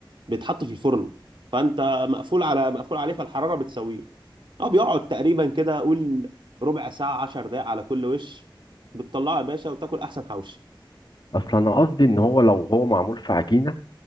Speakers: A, on the right (about 70°); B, on the left (about 60°).
A: بيتحط في الفرن فأنت مقفول على مقفول عليه فالحرارة بتسويه اه بيقعد تقريبا كده قول ربع ساعة 10 دقايق على كل وش بتطلعه يا باشا وتاكل احسن حوشي
B: اصل انا قصدي ان هو لو هو معمول في عجينه